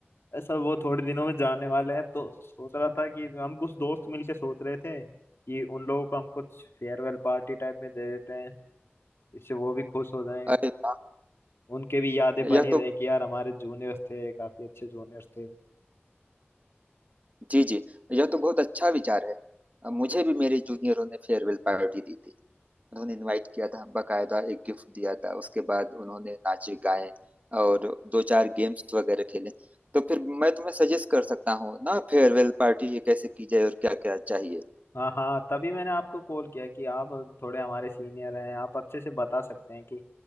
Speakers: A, on the left; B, on the right.
A: सर वो थोड़े दिनों में जाने वाले हैं तो सोच रहा था कि हम कुछ दोस्त मिलके सोच रहे थे कि उन लोगों को हम कुछ फेयरवेल पार्टी टाइप में दे देते हैं इससे वो भी खुश हो जाएं
B: अरे वाह
A: उनके भी यादें बनी
B: यह तो
A: रहे कि यार हमारे जूनियर्स थे काफी अच्छे जूनियर्स थे
B: जी जी यह तो बहुत अच्छा विचार है अब मुझे भी मेरे जूनियरों ने फेयरवेल पार्टी दी थी उन्होंने इनवाइट किया था बाकायदा एक गिफ्ट दिया था उसके बाद उन्होंने नाचे गाए और दो चार गेम्स वगैरह खेले तो फिर मैं तुम्हें सजेस्ट कर सकता हूँ ना फेयरवेल पार्टी ये कैसे की जाए और क्या क्या चाहिए
A: हाँ हाँ तभी मैंने आपको कॉल किया कि आप थोड़े हमारे सीनियर हैं आप अच्छे से बता सकते हैं कि